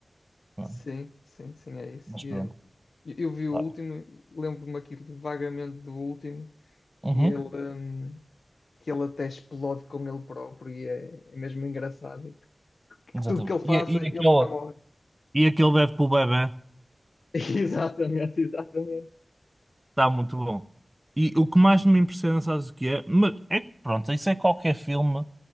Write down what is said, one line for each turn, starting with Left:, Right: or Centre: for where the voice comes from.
Right: Ah,
Left: Sim, sim, sim, é isso.
Right: Mas
Left: E
Right: pronto,
Left: Eu, eu vi o
Right: tá.
Left: último, lembro-me aqui vagamente do último, que
Right: Uhum,
Left: ele, hum, que ele até explode com ele próprio e é, é mesmo engraçado. E Que
Right: exatamente.
Left: tudo que ele faça,
Right: E, e
Left: ele
Right: aquele,
Left: nunca morre.
Right: e aquele Deadpool bebé
Left: <laughs> Exatamente, exatamente.
Right: está muito bom. E o que mais me impressiona, sabes o que é? Mas é que, pronto, isso é qualquer filme,